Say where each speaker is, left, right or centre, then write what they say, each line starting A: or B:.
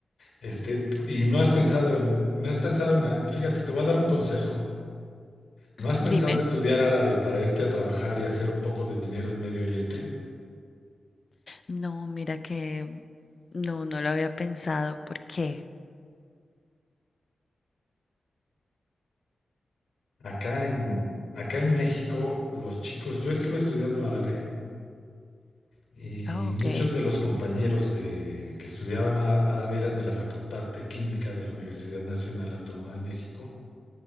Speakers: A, on the left; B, on the left.
A: este, p- y no has pensado en, no has pensado en, a- fíjate, te voy a dar un consejo. ¿No has
B: Dime.
A: pensado estudiar árabe para irte a trabajar y hacer un poco de dinero en Medio Oriente?
B: No, mira que no, no lo había pensado. ¿Por qué?
A: Acá en, acá en México, los chicos, yo estuve estudiando árabe y
B: Ah,
A: muchos
B: ok.
A: de los compañeros de, que estudiaban á- árabe eran de la Facultad de Química de la Universidad Nacional Autónoma de México.